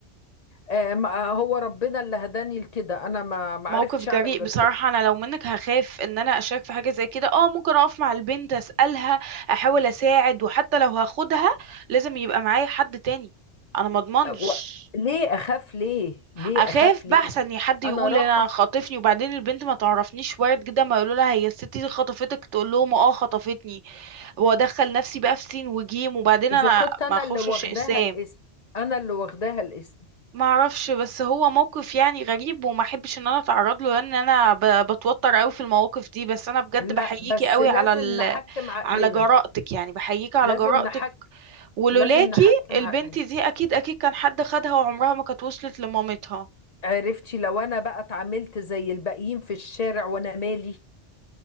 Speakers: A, on the left; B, on the right.
A: آه ما آه، هو ربنا اللي هداني لكده انا ما ما
B: موقف
A: عرفتش اعمل
B: جريء
A: غير
B: بصراحة
A: كده
B: أنا لو منك هخاف إن أنا أشارك في حاجة زي كده أه ممكن أقف مع البنت أسألها أحاول أساعد وحتى لو هاخدها لازم يبقى معايا حد تاني أنا مضمنش
A: آه، و... ليه اخاف ليه ليه
B: أخاف
A: اخاف ليه
B: بقى أحسن حد يقول
A: انا راحة
B: أنا خاطفني وبعدين البنت ما تعرفنيش وارد جدا ما يقولوا لها هي الست دي خطفتك تقول لهم أه خطفتني وأدخل نفسي بقى في سين وجيم وبعدين
A: اذا
B: أنا
A: كنت انا
B: ما أخشش
A: اللي واخداها
B: إسام.
A: الاسم انا اللي واخداها الاسم
B: ما اعرفش بس هو موقف يعني غريب وما احبش ان انا اتعرض له لان انا ب- بتوتر قوي في المواقف دي بس انا بجد
A: لا
B: بحييكي
A: بس
B: قوي
A: لازم
B: على ال...
A: نحكم عقلنا
B: على جرأتك يعني بحييكي على
A: لازم
B: جرأتك
A: نحكم
B: ولولاكي
A: لازم نحكم
B: البنت
A: عقلنا
B: دي اكيد اكيد كان حد خدها وعمرها ما كانت وصلت لمامتها
A: عرفتي لو انا بقى اتعاملت زي الباقيين في الشارع وانا مالي